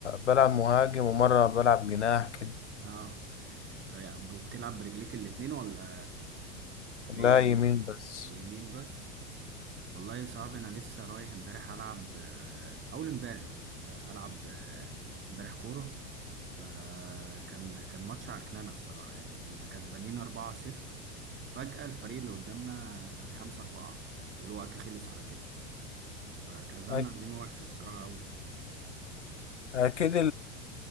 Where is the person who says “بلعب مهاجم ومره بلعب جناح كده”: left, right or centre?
Left